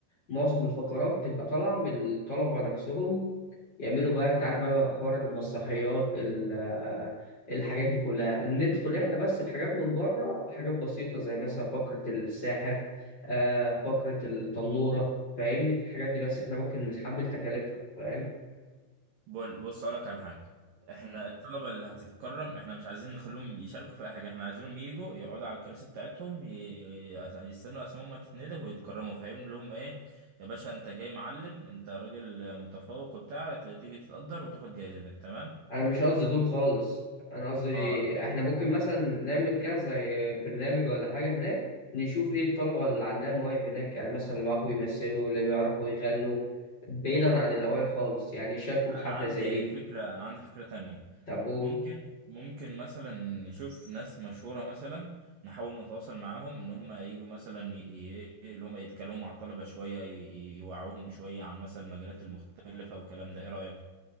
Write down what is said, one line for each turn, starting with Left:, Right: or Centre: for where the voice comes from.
Left: معظم الفقرات بتبقى طالعة من الطلبة نفسهم يعملوا بقى انت عارف بقى حوار المسرحيات ال- آه، الحاجات دي كلها ندخل احنا بس بحاجات من بره بحاجات بسيطة زي مثلا فقرة الساحر آه، فقرة التنورة فاهمني في الحاجات دي بس احنا ممكن نتحمل تكاليفها فاهم
Right: بول بص اقولك على حاجه احنا مم. الطلبه اللي هتتكرم احنا مش عايزين نخليهم يشاركوا في اي حاجه احنا عايزينهم يجوا يقعدوا على الكراسي بتاعتهم ي- ي- يستنوا اسمهم هتتندى ويتكرموا فاهم لهم ايه يا باشا انت جاي معلم انت راجل متفوق وبتاع ت- تيجي تتقدر وتاخد جايزتك تمام
Left: انا مش قصدي دول خالص انا قصدي
Right: اه
Left: احنا ممكن مثلا نعمل كذا زي برنامج ولا حاجه هناك نشوف ايه الطلبه اللي عندها مواهب هناك يعني مثلا اللي بيعرفوا يمثلوا اللي بيعرفوا يغنوا بعيدا عن الاوائل خالص يعني يشاركوا في
Right: انا
Left: حفله
Right: عندي
Left: زي دي
Right: فكره انا عندي فكره تانية
Left: طب و-
Right: ممكن ممكن مثلا نشوف ناس مشهورة مثلا نحاول نتواصل معاهم ان هم يجوا مثلا ي- ي- اللي هم يتكلموا مع الطلبة شوية ي- ي- يوعوهم شوية عن مثلا المجالات المختلفة والكلام ده ايه رأيك؟